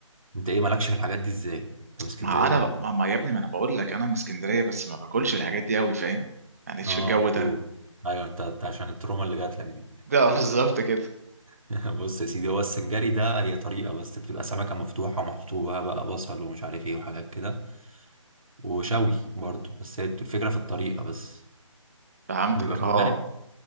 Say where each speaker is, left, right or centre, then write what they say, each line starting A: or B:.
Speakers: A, on the right; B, on the right.
A: أنت إيه مالكش في الحاجات دي إزاي؟ أنت في اسكندرية
B: ما انا
A: يا ابني.
B: ما ما يا ابني ما انا بقول لك انا من اسكندريه بس ما باكلش الحاجات دي قوي فاهم يعني ايش
A: آه
B: في الجو
A: أوكي
B: ده
A: أيوه أنت أنت عشان التروما اللي جات لك دي
B: <laughs> ده بالظبط كده
A: <laughs> بص يا سيدي هو السنجاري ده هي طريقة بس بتبقى سمكة مفتوحة ومحطوها بقى بصل ومش عارف إيه وحاجات كده وشوي برضه بس هي الفكرة في الطريقة بس
B: فهمتك
A: بيبقى في
B: اه
A: الغالب